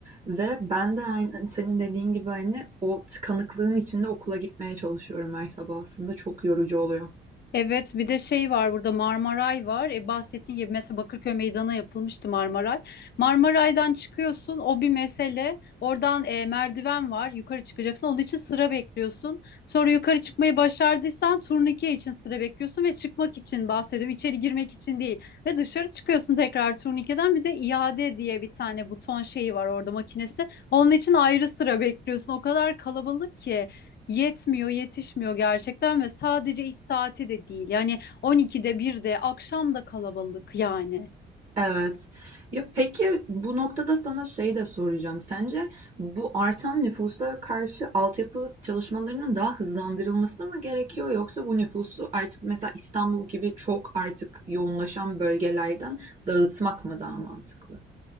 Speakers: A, on the right; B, on the left.
A: Ve ben de aynı, senin dediğin gibi hani o tıkanıklığın içinde okula gitmeye çalışıyorum her sabah aslında çok yorucu oluyor.
B: Evet bir de şey var burada Marmaray var. E, bahsettiğin gibi mesela Bakırköy Meydanı'na yapılmıştı Marmaray. Marmaray'dan çıkıyorsun o bir mesele. Oradan e, merdiven var yukarı çıkacaksın. Onun için sıra bekliyorsun. Sonra yukarı çıkmayı başardıysan turnike için sıra bekliyorsun ve çıkmak için bahsediyorum. İçeri girmek için değil. Ve dışarı çıkıyorsun tekrar turnikeden bir de iade diye bir tane buton şeyi var orada makinesi. Onun için ayrı sıra bekliyorsun. O kadar kalabalık ki yetmiyor, yetişmiyor gerçekten ve sadece iş saati de değil. Yani 12'de 1'de akşam da kalabalık yani.
A: Evet. Ya peki bu noktada sana şey de soracağım. Sence bu artan nüfusa karşı altyapı çalışmalarının daha hızlandırılması mı gerekiyor yoksa bu nüfusu artık mesela İstanbul gibi çok artık yoğunlaşan bölgelerden dağıtmak mı daha mantıklı?